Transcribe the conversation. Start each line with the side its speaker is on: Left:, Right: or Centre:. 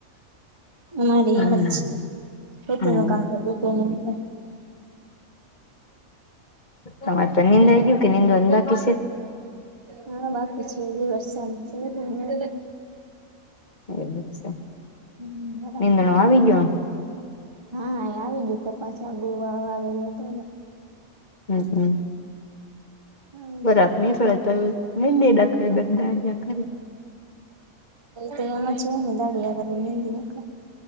Right: મારે
Left: હમ
Right: એમ જ છે ખેતી
Left: હમ
Right: નું કામ પર જતો નહિ તે
Left: મ નિંદાય ગયું કે નિંદવાનું બાાકી છે.
Right: હા વા પીછી વરષાંત શ
Left: એવું છે.
Right: હમ બરાબર
Left: નીંદણું આવી
Right: જાય
Left: ગયું
Right: હા એ આવી ગયું કપાસાબુ વા વાવેલો તો
Left: હમ્મ હમ્મ
Right: હવે
Left: બરાબ
Right: છે
Left: નઈ કરે તો ન દે દખાય બે દાડિયા કરે
Right: તો એમ જ ને દાડી આગળ નિંદી નાખા